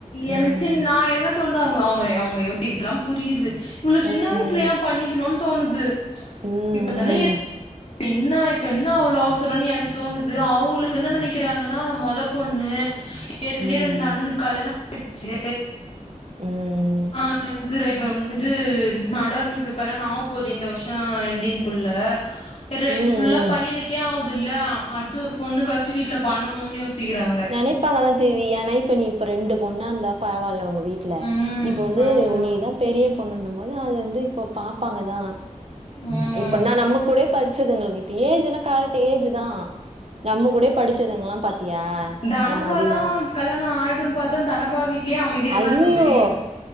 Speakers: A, on the left (about 50°); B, on the right (about 50°).
A: எனக்கு
B: ம் ம்
A: சின் நா எல்லா வந்து தோண்டா அவ்ங்க அவுங்க அவுங்க யோசிக்கிறதுலா புரியுது இவ்ளோ
B: ம் ம்
A: சின்ன வயசுல ஏ பண்ணிக்கனூன் தோணுது
B: ம் ம்
A: இப்பதான ஏத் இப்ப இன்னா இப்ப ன்னா அவ்ளோ அவசரோன் எனக்கு தோணுது அவுங்களுக்கு என்ன நெனைக்கிறாங்கனா மொத பொண்ணு ஏற்கனவே
B: ம்
A: ரெண்டு
B: ம்
A: அண்ணனுக் கல்யாணொ ஆயிடுச்சு
B: ம் ம்
A: ஆ இதுரெ இப்ப இது நடனுக்கு கல்யாணொ ஆவப்போது இந்த வருஷொ என்டிங்க்குள்ள ரெப்
B: ம்
A: ஃபுல்லா
B: ம்
A: பையனுக்கே ஆவுதுல அடுத் து ஒரு பொண்ணு காச்சி வீட்ல பண்ணனூனு யோசிக்கிறாங்க
B: நினைப்பாங்கதா ஜீவி ஏனா இப்ப நீ இப்ப ரெண்டு பொண்ணா இருந்தா பரவால்ல உங்க வீட் ட்ல
A: ம்
B: இப்ப வந்து
A: ஆமா
B: உ நீதா பெரிய பொண்ணுன்னும் போது அது வந்து இப்ப பாப்பாங்கதா
A: ம்
B: இப்பன்னா நம்ம கூடே படிச்சதுங்களுக்கு இப்ப ஏஜ்லா கரெக்ட் ஏஜ்தா நம்ம கூடயே படிச்சதுங்கலா பாத்தியா
A: தனபாலா
B: அந்த மாதிரி நா
A: கல்யாண ஆயிடுன் பாத்த தனபா வீட்லயு அமைதியாதா
B: ஐயயோ
A: இருக்க மாரி இருக்கு